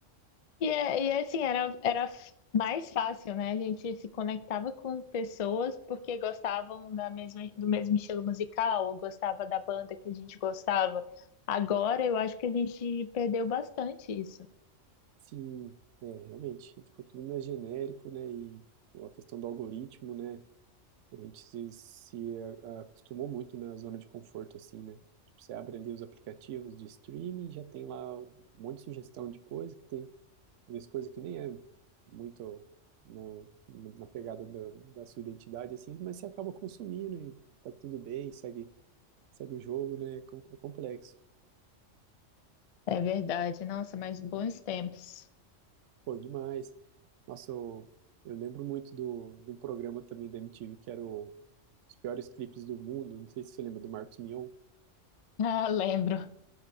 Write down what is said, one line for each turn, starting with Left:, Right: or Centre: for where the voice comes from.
Left: E, é- e é assim, era, era mais fácil, né? A gente se conectava com pessoas porque gostavam da mesma, do mesmo estilo musical ou gostava da banda que a gente gostava. Agora eu acho que a gente perdeu bastante isso.
Right: Sim, é, realmente, ficou tudo mais genérico, né, e a questão do algoritmo, né, A gente se, se a- acostumou muito né, na zona de conforto, assim, né? Tipo, você abre ali os aplicativos de streaming, já tem lá um monte de sugestão de coisa que tem, às vezes coisa que nem é muito na, na na pegada da, da sua identidade, assim, mas você acaba consumindo e tá tudo bem, segue, segue o jogo, né? É com- é complexo.
Left: É verdade. Nossa, mas bons tempos.
Right: Pô, demais. Nossa, eu, eu lembro muito do, do programa também da MTV que era o, os piores clipes do mundo. Não sei se você lembra do Marcos Mion.
Left: Ah, lembro.